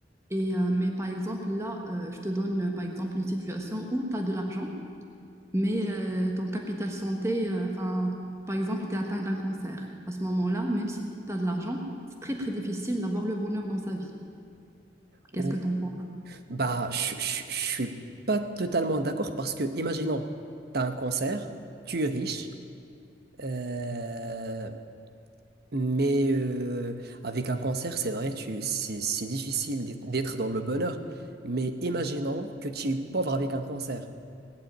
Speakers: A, on the right; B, on the right.
A: Et, euh, mais par exemple, là, euh, je te donne euh, par exemple une situation où tu as de l'argent. Mais euh, ton capital santé, euh, enfin, par exemple, tu es atteint d'un cancer. À ce moment-là, même si tu as de l'argent, c'est très très difficile d'avoir le bonheur dans sa vie.
B: Ou,
A: Qu'est-ce que tu en penses?
B: bah, je, je, je suis pas totalement d'accord parce que, imaginons, t'as un cancer, tu es riche, euh, Mais euh, avec un cancer, c'est vrai, tu, c'est, c'est difficile d'être d'être dans le bonheur. Mais imaginons que tu es pauvre avec un cancer.